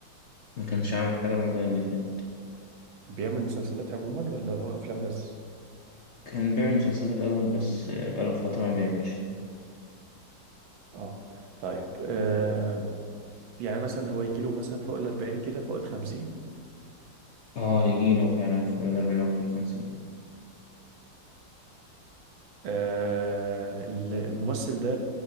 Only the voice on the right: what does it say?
بيعمل مسلسلات عموما ولا هو افلام بس
اه طيب آه يعني مثلا هو يجيله مثلا فوق ال 40 كده فوق ال 50
آه، الممثل ده